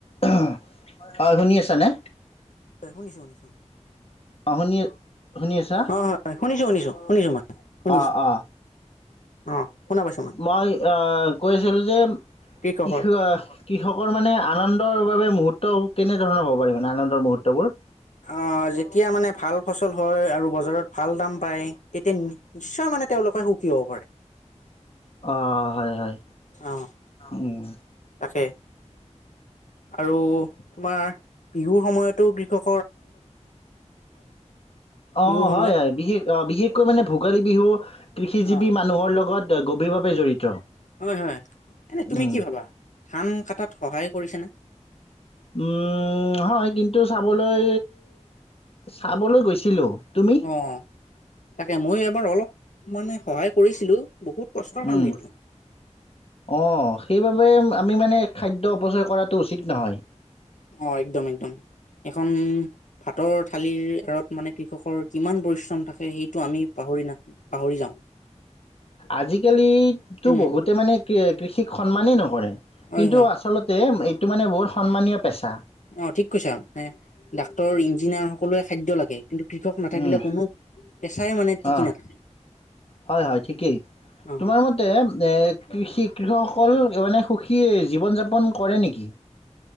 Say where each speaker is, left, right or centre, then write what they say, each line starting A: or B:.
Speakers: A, on the left; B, on the left.
A: হয় শুনি আছো তেনে
B: শুনিছো শুনিছো
A: অ শুনি শুনি আছা
B: অ' হয় শুনিছো শুনিছো শুনিছো মই শুনিছো
A: অ অ
B: অ' শুনা পাইছো
A: মই আহ কৈছিলো যে
B: কৃষকৰ
A: কৃষ কৃষকৰ মানে আনন্দৰ বাবে মুহুৰ্ত কেনেধৰণৰ হ'ব পাৰি মানে আনন্দৰ মুহূৰ্তবোৰ
B: অ যে যেতিয়া মানে ভাল ফচল হয় আৰু বজাৰত ভাল দাম পায় তেতিয়া নিশ্চয় মানে তেওঁলোকে সুখী হ'ব পাৰে
A: অ হয় হয়
B: অ'
A: উম
B: তাকে আৰু তোমাৰ বিহুৰ সময়তো কৃষক বিহুৰ
A: অ
B: সময়ত
A: হয় হয় বিশেষ বিশেষকৈ মানে ভোগালী বিহু কৃষিজীৱি
B: অ'
A: মানুহৰ লগত এটা গভীৰভাৱে জড়িত
B: হয় হয় এনে তুমি
A: উম,
B: কি ভাবা ধান কটাত সহায়ে কৰিছেনে
A: মম হয় কিন্তু চাবলৈ চাবলৈ গৈছিলোঁ তুমি?
B: অ <inaudible> এবাৰ অলপ মানে সহায় কৰিছিলো বহুত কষ্টৰ কাম
A: উম
B: কিন্তু
A: অ সেইবাবে আমি মানে খাদ্য অপচয় কৰাটো উচিত নহয়
B: অ একদম একদম এখন ভাতৰ থালিৰ আঁৰত মানে কৃষকৰ কিমান পৰিশ্ৰম থাকে সেইটো আমি পাহৰি না পাহৰি যাওঁ
A: আজিকালিতো
B: উম
A: বহুতে মানে কৃষ সিক সন্মানেই নকৰে
B: হয়
A: কিন্তু
B: হয়
A: আচলতে সেইটো মানে বহুত সন্মানীয় পেছা।
B: অ ঠিক কৈছা এ ডাক্তৰ, ইঞ্জি দিনা সকলোৱে খাদ্য লাগে। কিন্তু কৃষক নাথাকিলে
A: উম,
B: কোনো পেচাই মানে টিকি
A: অ
B: নাথাকে
A: হয় হয় ঠিকেই,
B: অ
A: তোমাৰ মতে এ কৃষিক। কৃষকসকল মানে সুখী জীৱন যাপন কৰে নেকি?